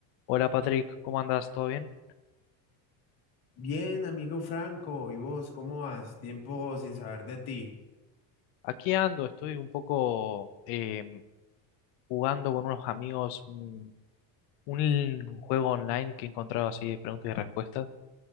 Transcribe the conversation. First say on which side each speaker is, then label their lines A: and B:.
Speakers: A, on the left (about 75°); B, on the left (about 50°).
A: Hola Patrick, ¿cómo andas? ¿Todo bien?
B: Bien, amigo Franco, ¿y vos cómo vas? Tiempo sin saber de ti.
A: Aquí ando, estoy un poco em, jugando con unos amigos un, un juego online que he encontrado así de preguntas y respuestas